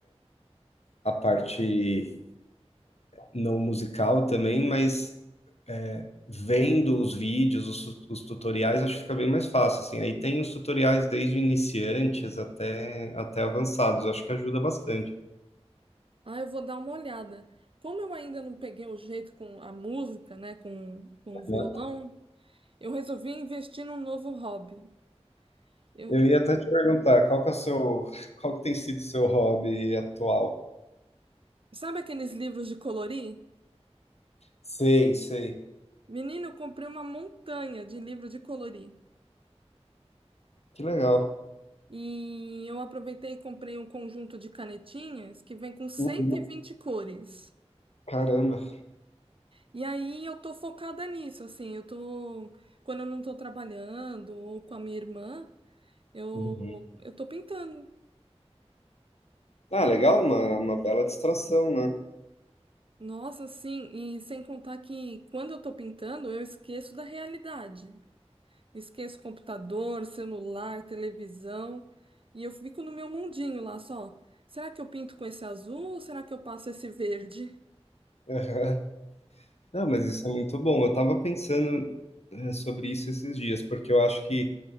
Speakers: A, on the left; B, on the right.
A: a parte não musical também, mas é, vendo os vídeos, os, os tutoriais, acho que fica bem mais fácil, assim. Aí tem os tutoriais desde iniciantes até, até avançados, acho que ajuda bastante.
B: Ah, eu vou dar uma olhada. Como eu ainda não peguei o jeito com a música, né, com, com o violão,
A: né?
B: eu resolvi investir num novo hobby. Eu,
A: Eu ia até te perguntar, qual que é o seu, qual que tem sido o seu hobby atual?
B: sabe aqueles livros de colorir?
A: Sei, sei.
B: Menino, eu comprei uma montanha de livro de colorir.
A: Que legal.
B: E eu aproveitei e comprei um conjunto de canetinhas que vem com cento
A: Uhum.
B: e vinte cores.
A: Caramba.
B: E aí eu tô focada nisso, assim, eu tô, quando eu não tô trabalhando ou com a minha irmã, eu,
A: Uhum.
B: eu tô pintando.
A: Ah, legal, uma, uma bela distração, né?
B: Nossa, sim, e sem contar que quando eu tô pintando, eu esqueço da realidade. Esqueço computador, celular, televisão, e eu fico no meu mundinho lá só. Será que eu pinto com esse azul ou será que eu passo esse verde?
A: <laughs> Aham. Não, mas isso é muito bom. Eu tava pensando, eh, sobre isso esses dias, porque eu acho que